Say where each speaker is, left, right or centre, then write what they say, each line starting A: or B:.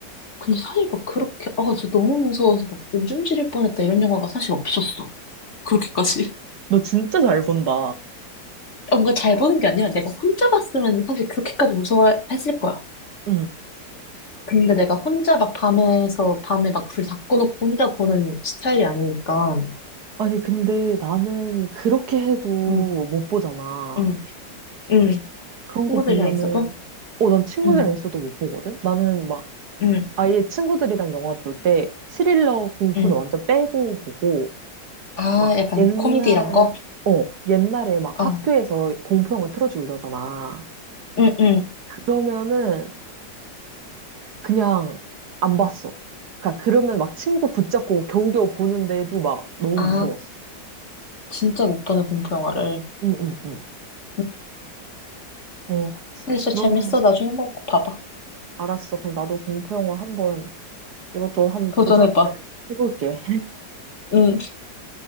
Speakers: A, on the left; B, on the right.
A: 근데 사실 막 그렇게, 아, 저 너무 무서워서 막 오줌 지릴 뻔했다 이런 영화가 사실 없었어. 그렇게까지.
B: 너 진짜 잘 본다.
A: 뭔가 잘 보는 게 아니라 내가 혼자 봤으면 사실 그렇게까지 무서워했을 거야.
B: 응.
A: 근데 내가 혼자 막 밤에서 밤에 막 불 다 꺼놓고 혼자 보는 스타일이 아니니까.
B: 아니, 근데 나는 그렇게 해도
A: 응,
B: 못 보잖아.
A: 응, 응.
B: 그런
A: 친구들이랑
B: 거 보면은,
A: 있어도?
B: 어, 난 친구들이랑
A: 응,
B: 있어도 못 보거든? 나는 막
A: 응,
B: 아예 친구들이랑 영화 볼 때 스릴러 공포는
A: 응.
B: 완전 빼고 보고,
A: 아,
B: 막
A: 약간
B: 옛날,
A: 코미디 이런 거?
B: 옛날에 막
A: 어,
B: 학교에서 공포영화 틀어주고 이러잖아.
A: 응, 응.
B: 그러면은, 그냥 안 봤어. 그러니까 그러면 막 친구 붙잡고 겨우겨우 보는데도 막 너무
A: 아,
B: 무서웠어.
A: 진짜 못 보네, 공포 영화를.
B: 응, 응, 응.
A: 응.
B: 어,
A: 근데 진짜
B: 그러면
A: 재밌어. 나중에 한번 꼭 봐봐.
B: 알았어. 그럼 나도 공포 영화 한번 이것저것 한번
A: 도전해봐.
B: 도전을 해볼게.
A: 응,